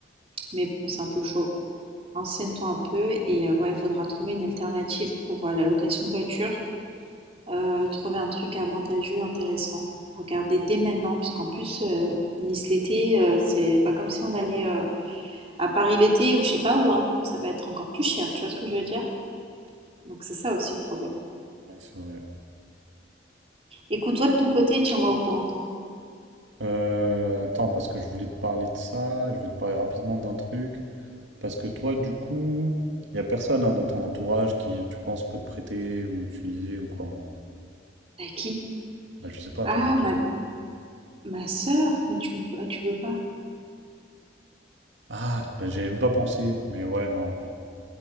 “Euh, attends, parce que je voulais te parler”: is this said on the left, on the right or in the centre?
Right